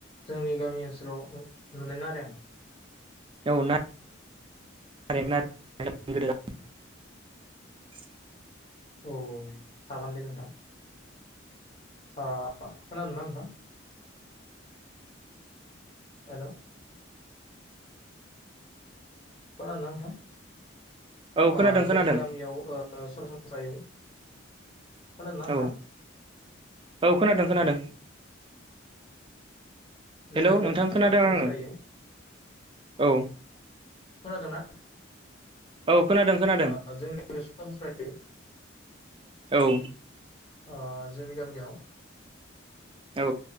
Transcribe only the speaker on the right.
औ ना नारें <unintelligible> <inaudible>
औ
खोनादों खोनादों
औ औ खोनादों खोनादों। हेलौ
नोंथां खोनादों
आङो। औ
औ खोनादों खोनादों
औ
औ